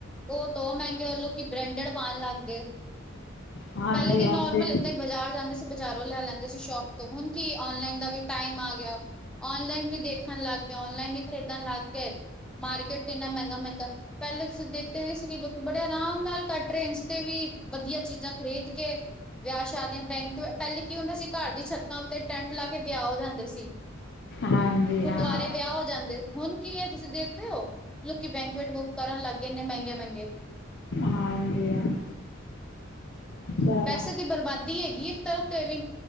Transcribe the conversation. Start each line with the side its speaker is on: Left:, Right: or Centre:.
Centre: ਓ ਤੋ ਓ ਮ੍ਹੈਂਗੇ ਲੋਕੀ ਬ੍ਰੈਂਡਡ ਪਾਣ ਲੱਗ ਗਏ।
Left: ਹਾਂਜੀ
Centre: ਪੈਲੇ ਕੀ
Left: ਹਾਂਜੀ
Centre: ਨੋਰਮਲ ਏਦਾਂ ਈ ਬਾਜ਼ਾਰ ਜਾਂਦੇ ਸੀ ਬਜ਼ਾਰੋਂ ਲੈ ਲੈਂਦੇ ਸੀ ਸ਼ੋਪ ਤੋਂ ਹੁਣ ਕੀ ਓਨਲਾਈਨ ਦਾ ਵੀ ਟਾਈਮ ਆ ਗਿਆ ਓਨਲਾਈਨ ਵੀ ਦੇ ਖਣ ਲੱਗ ਗਏ ਓਨਲਾਈਨ ਵੀ ਖਰੀਦਣ ਲੱਗ ਗਏ ਮਾਰਕੀਟ ਇੰਨਾ ਮ੍ਹੈਂਗਾ-ਮ੍ਹੈਂਗਾ ਪੈਲੇ ਤੁਸੀਂ ਦੇਖਦੇ ਏ ਸੀ ਵੀ ਲੋਕੀ ਬੜੇ ਆਰਾਮ ਨਾਲ ਕੱਟ ਰੇਂਜ ਤੇ ਵੀ ਵਦੀਆ ਚੀਜ਼ਾਂ। ਖਰੀਦ ਕੇ ਵਿਆਹ- ਸ਼ਾਦੀਆਂ ਬੈਂਕ ਪਹਿਲੇ ਕੀ ਹੁੰਦਾ ਸੀ, ਘਰ ਦੀ ਛੱਤਾਂ ਉੱਤੇ ਟੈਂਟ ਲਾ ਕੇ ਵਿਆਹ ਹੋ ਜਾਂਦੇ ਸੀ।
Left: ਹਾਂਜੀ
Centre: ਗੁਰਦੁਆਰੇ
Left: ਹਾਂ।
Centre: ਵਿਆਹ ਹੋ ਜਾਂਦੇ। ਹੁਣ ਕੀ ਏ ਤੁਸੀਂ ਦੇਖਦੇ ਓ, ਲੋਕੀ ਬੈਂਕੁਇਟ ਬੁੱਕ ਕਰਨ ਲੱਗ ਗਏ ਨੇ ਮਹਿੰਗੇ -ਮਹਿੰਗੇ।
Left: ਹਾਂਜੀ - ਹਾਂਜੀ। ਚਲੋ
Centre: ਪੈਸੇ ਦੀ ਬਰਬਾਦੀ ਹੈਗੀ ਐ, ਇੱਕ ਤਰਫ਼ ਤੇ ਏ ਵੀ।